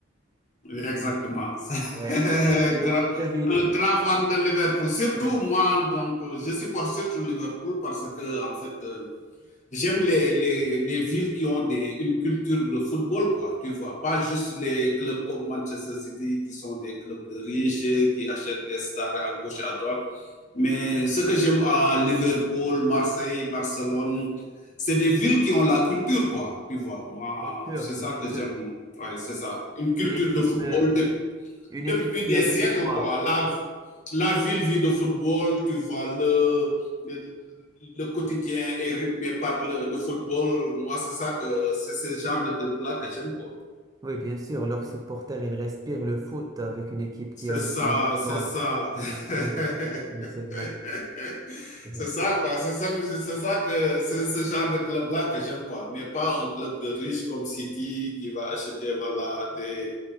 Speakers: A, on the left (about 40°); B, on the right (about 20°).
A: Exactement. <laughs>
B: Ouais. Et
A: Gra-
B: J'ai deviné.
A: un grand fan de Liverpool. Surtout
B: Oui,
A: moi, donc, euh, je supporte surtout Liverpool parce que, en fait, euh, j'aime les, les, les, villes qui ont des, une culture de football, quoi, tu vois. Pas juste les clubs comme Manchester City qui sont des clubs de riches, qui achètent les stars à gauche, à droite. Mais ce que j'aime à Liverpool, Marseille, Barcelone, c'est des villes qui ont la culture, quoi, tu vois. Moi,
B: bien sûr,
A: c'est ça
B: bien
A: que j'aime.
B: sûr.
A: Ouais, c'est ça. Une culture
B: Une équipe,
A: de football,
B: euh,
A: de
B: une
A: depuis
B: équipe qui
A: des
B: a de
A: siècles,
B: l'histoire.
A: quoi. La, la ville vit de football, tu vois, le, le, le quotidien est rythmé par le, le football. Moi, c'est ça que c'est ce genre de club-là que j'aime, quoi.
B: Oui, bien sûr. Leurs supporters, ils respirent le foot avec une équipe
A: C'est
B: qui a
A: ça,
B: une grande histoire.
A: c'est ça.
B: Oui, oui,
A: <laughs>
B: oui, c'est vrai, c'est vrai.
A: c'est ça, quoi. C'est ça, c'est ça que c'est ce genre de club-là que j'aime, quoi. Mais pas un club de riches comme City qui va acheter, voilà, des,